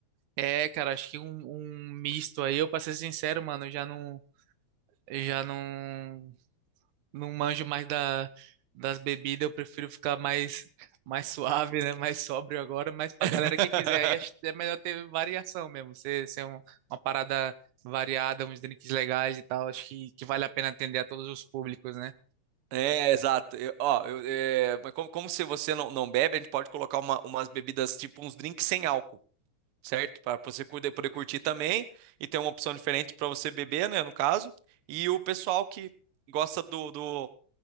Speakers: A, on the right (about 85°); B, on the right (about 65°).
A: É, cara, acho que um, um misto aí, eu pra ser sincero, mano, eu já não. eu Já não. não manjo mais da, das bebidas, eu prefiro ficar mais, mais suave, né? Mais sóbrio agora, mas pra
B: <laughs>
A: galera que quiser, aí acho que é melhor ter variação mesmo, ser, ser um- uma parada variada, uns drinks legais e tal, acho que, que vale a pena atender a todos os públicos, né?
B: É, exato. Eu- ó, eu- é, mas como, como se você não, não bebe, a gente pode colocar uma- umas bebidas, tipo uns drinks sem álcool, certo? Para você poder, poder curtir também e ter uma opção diferente para você beber, né, no caso. E o pessoal que gosta do, do